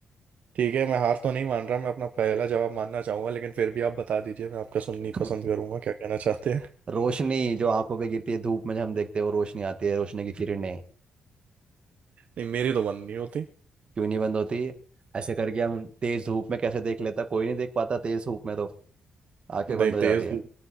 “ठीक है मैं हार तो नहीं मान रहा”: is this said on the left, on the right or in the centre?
Right